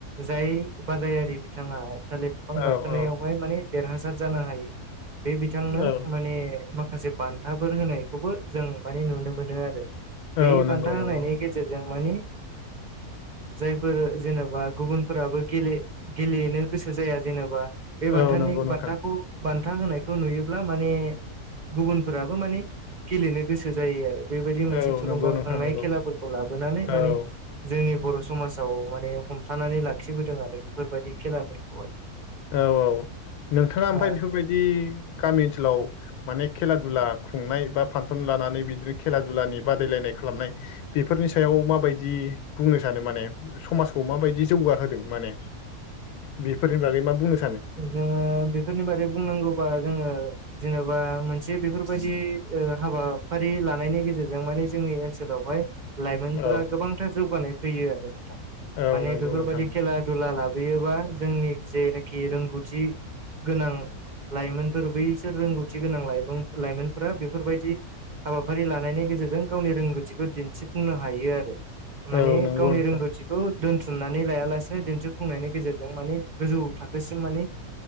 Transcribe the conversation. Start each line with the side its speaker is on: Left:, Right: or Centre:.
Right: जाय बादायारि बिथाङा थालिर बिफां
Left: औ
Right: गाखोनायावहाय
Left: औ
Right: माने देरहासार जानो हायो बे बिथांनो
Left: औ
Right: माने माखासे बान्थाफोर होनायखौबो जों माने नुनो मोनो आरो बे
Left: औ नंगौ
Right: बान्था होनायनि
Left: नंगौ
Right: गेर गेजेरजों मानि जायफोर जेनेबा गुबुनफोराबो गेले गेलेनो गोसो जाया जेनेबा बे बान्थानि
Left: औ नंगौ नोंथां
Right: बान्थाखौ बान्था होनायखौ नुयोब्ला माने गुबुनफोराबो माने गेलेनो गोसो जायो आरो बेबायदि मोनसे
Left: औ
Right: थुलुंगाखांनाय
Left: नंगौ नोंथां नंगौ
Right: खेलाफोरखौ लाबोनानै
Left: औ
Right: माने जोंनि बर' समाजाव माने हमथानानै लाखिबोदों आरो बेफोरबायदि खेलाफोरखौहाय।
Left: औ औ नोंथाङा ओमफफ्राय
Right: ओ
Left: बेफोरबायदि गामि ओनसोलाव माने खेला दुला खुंनाय बा फांसन लानानै बिदिनो खेला दुनि बादायलायनाय खालामनाय बेफोरनि सायाव माबायदि बुंनो सानो माने? समाजखौ माबायदि जौगाहोदों माने बेफोरनि बागै मा बुंनो सानो?
Right: जोंङो बेफोरनि बारै बुंनांगौबा जोंङो जेनेबा मोनसे बेफोरबायदि हाबाफारि लानायनि गेजेरजों माने जोंनि ओनसोलावहाय लाइमोनफोरा
Left: औ
Right: गोबांथार जौगानाय फैयो आरो नोंथां
Left: औ
Right: माने
Left: नंगौ
Right: बेफोरबायदि
Left: नोंथां
Right: खेला दुला लाबोयोबा जोंनि जेनाखि रोंगौथि गोनां लाइमोनफोर बैसोर रोंगौथि गोनां लाइ लाइमोनफोरा बेफोरबायदि हाबाफारि लानायनि गेजेरजों गावनि रोंगौथिखौ दिन्थिफुंनो हायो आरो माने
Left: औ नंगौ
Right: गावनि
Left: नोंथां
Right: रोंगौथिखौ दोनथुमनानै लायालासे दिन्थिफुंनायनि गेजेरजों माने गोजौ थाखोसिम मानि